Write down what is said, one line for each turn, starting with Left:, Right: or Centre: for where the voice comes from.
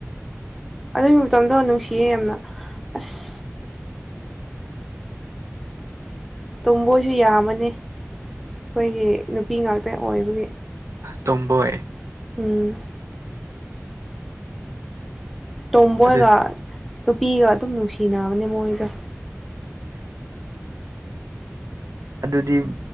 Centre: ꯑꯗꯨꯒꯤ ꯃꯇꯝꯗꯣ ꯅꯨꯡꯁꯤꯌꯦ ꯌꯥꯝꯅ ꯑꯁ ꯇꯨꯝꯕꯣꯏꯁꯨ ꯌꯥꯝꯃꯅꯤ ꯑꯩꯈꯣꯏꯒꯤ ꯅꯨꯄꯤ ꯉꯥꯛꯇ ꯑꯣꯏꯕꯒꯤ
Right: ꯇꯝꯕꯣꯏꯦ
Centre: ꯎꯝ ꯇꯝꯕꯣꯏꯒꯥꯟ
Right: ꯑꯗꯨ
Centre: ꯅꯨꯄꯤꯒ ꯑꯗꯨꯝ ꯅꯨꯡꯁꯤꯅꯕꯅꯦ ꯃꯣꯏꯒ
Right: ꯑꯗꯨꯗꯤ